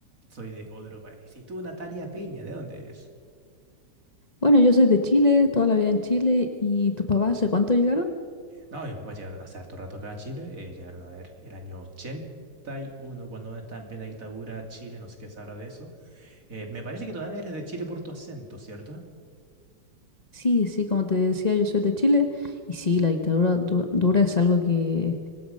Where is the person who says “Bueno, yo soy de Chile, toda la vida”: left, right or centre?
Left